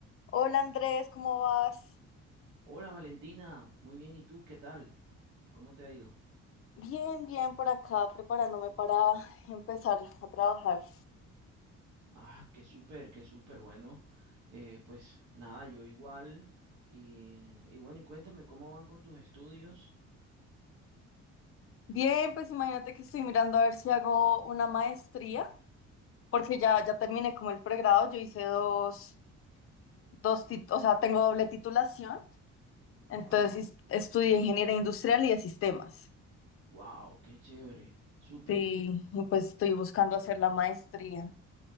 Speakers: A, on the left; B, on the right.
A: Hola Andrés, ¿cómo vas?
B: Hola Valentina, muy bien, ¿y tú qué tal? ¿Cómo te ha ido?
A: Bien, bien por acá, preparándome para empezar a trabajar.
B: Ah, qué súper, qué súper, bueno, eh, pues nada, yo igual, y, y bueno, y cuéntame, ¿cómo van con tus estudios?
A: Bien, pues imagínate que estoy mirando a ver si hago una maestría, porque ya, ya terminé como el pregrado, yo hice dos, dos tit- o sea, tengo doble titulación, entonces
B: Wow,
A: is- estudié ingeniería industrial y de sistemas.
B: wow, qué chévere, súper.
A: Sí, y pues estoy buscando hacer la maestría.